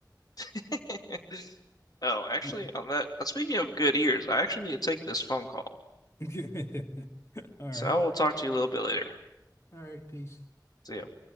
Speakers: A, on the left; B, on the left.
A: <laughs> Oh, actually,
B: Yeah.
A: on that. uh, Speaking of good ears, I actually need to take this phone call.
B: <laughs> All
A: So
B: right.
A: I will talk to you a little bit later.
B: All right. Peace.
A: See ya.